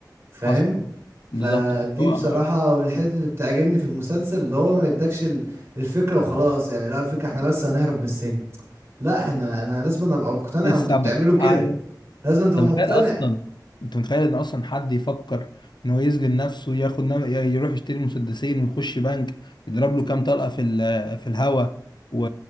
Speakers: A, on the right (about 35°); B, on the left (about 75°).
A: فاهم
B: حصل
A: فدي
B: بالظبط فهو
A: بصراحة من الحتت اللي بتعجبني في المسلسل اللي هو ما يدكش ال- الفكرة وخلاص يعني لا الفكرة احنا بس هنهرب من السجن لا احنا انا لازم ابقى مقتنع
B: ايه السبب
A: وانتوا بتعملوا كده
B: ايوه
A: لازم تبقى
B: انت
A: مقتنع
B: متخيل اصلا انت متخيل ان اصلا حد يفكر ان هو يسجن نفسه ياخد نم... ي- يروح يشتري مسدسين ويخش بنك يضرب له كام طلقه في ال... في الهوا و...